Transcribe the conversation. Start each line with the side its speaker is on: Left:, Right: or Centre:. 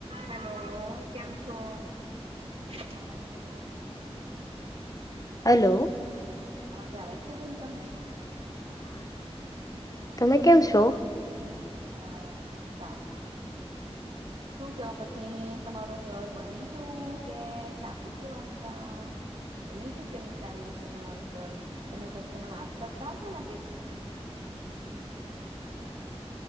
Right: હેલો, કેમ છો? સારા છો?
Left: હલો.
Right: અવાજ આવે છે બેન તમને
Left: તમે કેમ છો?
Right: બસ સા શું કેવ પછી, તમારું ઘર બની ગયું કે ચાલુ છે બાંધકામ. બની ગયું કે ની સારી રીતે તમારું ઘર? તમે પછી એને વાત કરતા હતા ને